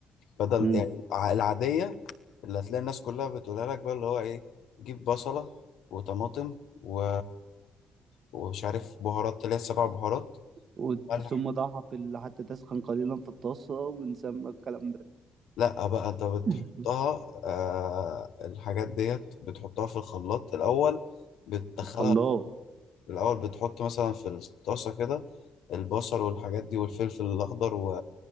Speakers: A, on the left (about 80°); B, on the right (about 55°).
A: بدل
B: امم
A: يعني الع- العاديه اللي هتلاقي الناس كلها بتقولها لك بقى اللي هو ايه جيب بصله وطماطم و... ومش عارف بهارات اللي هي السبع بهارات
B: ود-
A: ملح
B: ثم ضعها في ال- حتى تسخن قليلا في الطاسة ونسمى الكلام ده
A: لا بقى انت بتحطها
B: مم.
A: آه الحاجات ديت بتحطها في الخلاط الاول بتدخلها
B: خلاص
A: الأول بتحط مثلا في الطاسة كده البصل والحاجات دي والفلفل الأخضر و...